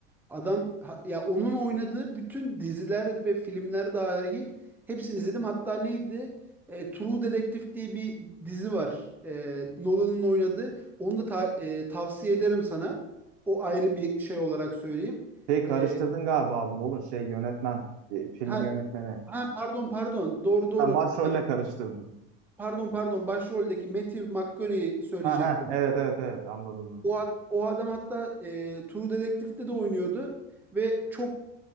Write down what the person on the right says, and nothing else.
Şey karıştırdın
galiba abi. Ne olur şey yönetmen. e, filmin
yönetmeni.
Sen başrolle
karıştırdın.
Ha ha evet evet evet anladım ben.